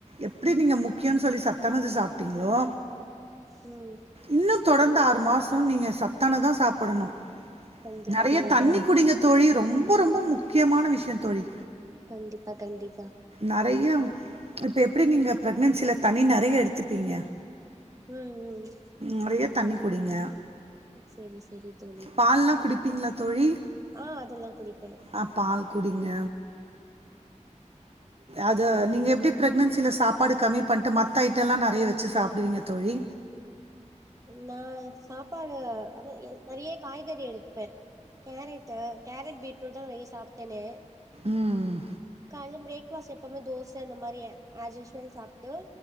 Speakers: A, on the right; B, on the right.
A: எப்டி நீங்க முக்கியம்ன்னு சொல்லி சத்தானது சாப்டிங்களோ
B: ம்
A: இன்னும் தொடர்ந்து ஆறு மாசோ நீங்க சத்தானதா சாப்டணும்
B: கண்டிப்பா
A: நறைய
B: தோழி
A: தண்ணி குடிங்க தோழி ரொம்ப ரொம்ப முக்கியமான விஷயம் தோழி.
B: கண்டிப்பா கண்டிப்பா
A: நறையா இப்போ எப்டி நீங்க ப்ரெக்னன்சியில தண்ணி நறையா எடுத்துப்பீங்க
B: ம் ம்
A: நறைய தண்ணி குடிங்க
B: செரி செரி தோழி
A: பால்லாம் குடிப்பீங்களா தோழி
B: ஆ அதெல்லாம் குடிப்பேன்
A: ஆ பால் குடிங்க அது நீங்க எப்டி ப்ரக்னன்சியில சாப்பாட கம்மி பண்ட்டு மத்த ஐட்டம்லாம் நறைய வச்சு சாப்பிடுவீங்க தோழி
B: நா சாப்பாடு அத நறைய காய்கறி எடுத்துப்பேன் கேரட்டு கேரட் பீட்ஃரூட் தான் நறைய சாப்ட்டேனே
A: ம் ம்
B: கால பிரேக்பாஸ்ட் எப்பவுமே தோசை அந்த மாரி அஸ்யூசுவல் சாப்ட்டு